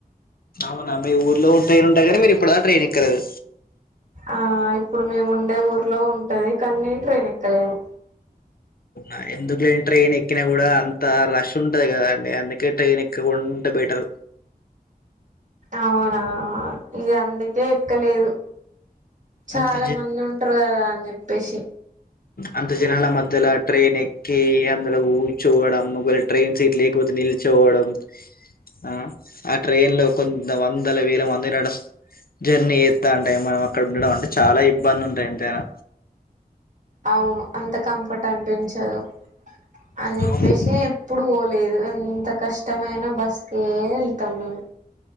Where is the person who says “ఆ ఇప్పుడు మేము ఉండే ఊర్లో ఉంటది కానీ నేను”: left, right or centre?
Right